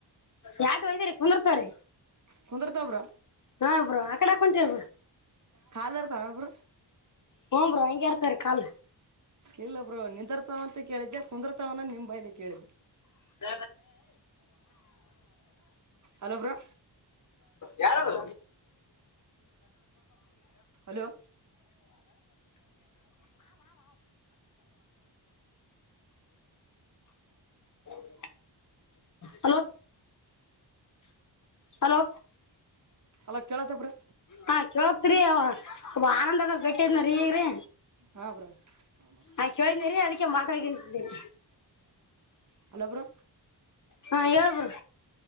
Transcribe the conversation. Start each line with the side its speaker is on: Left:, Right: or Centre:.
Left: ಎಾರ್ಡು ವೈದರಿ ಕುಂದರ್ತ್ರೀ.
Right: ಕುಂದ್ರತಾವ ಬ್ರೋ.
Left: ಹಾ ಬ್ರೋ ಆ ಕಡೆ ಯಾಕ್ ಹೊಂತೇರಿ ಬ್ರೋ.
Right: ಕಾಲ ಇರ್ತಾವ ಏನ್ ಬ್ರೋ.
Left: ಹ್ರ ಹಂಗೆ ಇರ್ತಾರ ಕಾಲ್.
Right: ಇಲ್ಲ ಬ್ರೋ ನಿದ್ರತಾವ ಅಂತ ಕೇಳಿದ್ದೆ ಕುಂದ್ರತವನ ನಿಮ್ ಬೈಲಿ ಕೇಳಿದ್ದೆ.
Left: <inaudible>
Right: ಹಲೋ ಬ್ರೋ
Left: ಯಾರು ಅದು
Right: ಹಲೋ
Left: <inaudible> <inaudible> ಹಲೋ. ಹಲೋ
Right: ಹಲೋ ಕೇಳತ್ತ ಬ್ರೋ
Left: ಹಾ ಕೇಳತ್ರಯ. ಓಹ್ ಆನಂದಗ ಬಿಟ್ಟಿದ್ನ ರೀ ಈಗ್ರೀ.
Right: ಹಾ ಬ್ರೋ ಹಲೋ
Left: ಆ ಕೇಳಿದ್ನ ರೀ ಅದಕ್ಕೆ ಮಾತಾಡ್ಕಂತಿದ್ದೇರಿ
Right: ಬ್ರೋ.
Left: ಹಾ ಹೇಳ್ ಬ್ರೋ.